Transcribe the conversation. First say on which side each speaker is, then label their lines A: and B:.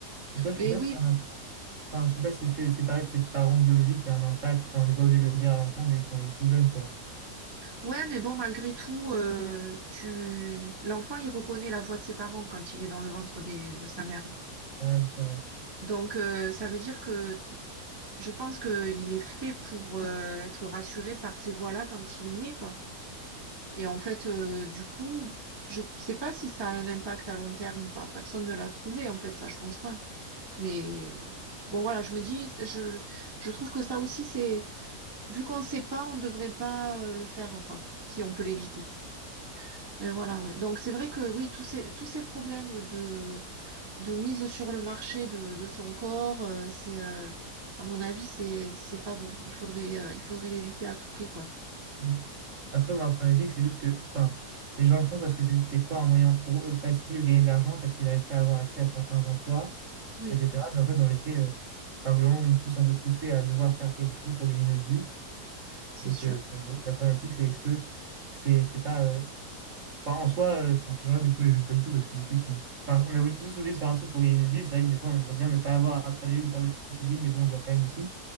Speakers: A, on the right; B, on the right.
A: Donc, ça, je
B: Mais
A: sais pas
B: oui,
A: si c'est un Enfin, je sais pas si le fait d'être séparé de ses parents biologiques a un impact. Enfin, on n'est pas obligé de le dire à l'enfant dès quand il est tout jeune, quoi.
B: ouais, mais bon, malgré tout, euh, tu... l'enfant, il reconnaît la voix de ses parents quand il est dans le ventre des- de sa mère.
A: Ah oui, c'est vrai.
B: Donc, euh, ça veut dire que je pense qu'il est fait pour euh, être rassuré par ces voix-là quand il naît, quoi. Et en fait, euh, du coup, je sais pas si ça a un impact à long terme ou pas. Personne ne l'a prouvé, en fait, ça, je pense pas. Mais bon, voilà, je me dis, je, je trouve que ça aussi, c'est, vu qu'on sait pas, on devrait pas euh, le faire, quoi, si on peut l'éviter. Mais voilà, ouais. Donc, c'est vrai que oui, tous ces, tous ces problèmes de de mise sur le marché de, de son corps, euh, c'est, euh, à mon avis, c'est, c'est pas bon. Il faudrait, euh, il faudrait l'éviter à tout prix, quoi.
A: Mm. Après, moi, après problématique, c'est juste que, enfin, les gens le font parce que c'est des fois un moyen pour eux facile de gagner de l'argent parce qu'ils n'arrivent pas à avoir accès à certains emplois,
B: Oui,
A: etc. Mais en fait, dans les faits, euh, enfin, globalement, on est tous un peu poussés à devoir faire quelque chose pour gagner notre vie.
B: c'est
A: Donc,
B: sûr.
A: euh, euh, la problématique, c'est est-ce que c'est c'est pas. euh, Enfin, en soi, euh, enfin, ces gens-là, du coup, je les juge pas du tout parce que du coup, ils sont. Enfin, on est obligé- tous obligés de faire un truc pour gagner notre vie. C'est vrai que des fois, on aimerait bien ne pas avoir à travailler ou faire de CDI, mais bon, on doit quand même aussi.